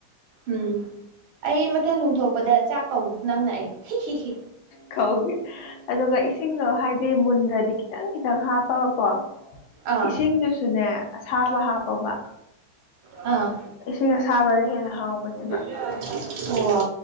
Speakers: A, on the right; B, on the left.
A: ꯎꯝ ꯑꯩ ꯃꯊꯪ ꯌꯨꯝ ꯊꯣꯛꯂꯛꯄꯗ ꯆꯥꯛ ꯀꯧ ꯅꯪꯅ ꯑꯩ ꯍꯤ ꯍꯤ ꯍꯤ
B: ꯀꯧꯒꯦ ꯑꯗꯨꯒ ꯏꯁꯤꯡꯗꯣ ꯍꯥꯏꯗꯤ ꯃꯨꯟꯗ꯭ꯔꯗꯤ ꯈꯤꯇꯪ ꯈꯤꯇꯪ ꯍꯥꯞꯄꯒꯀꯣ
A: ꯑꯥ
B: ꯏꯁꯤꯡꯗꯨꯁꯨꯅꯦ ꯑꯁꯥꯕ ꯍꯥꯞꯄꯣꯕ
A: ꯑꯥ
B: ꯏꯁꯤꯡ ꯑꯁꯥꯕꯅ ꯍꯦꯟꯅ ꯍꯥꯎꯕꯅꯦꯕ
A: ꯑꯣ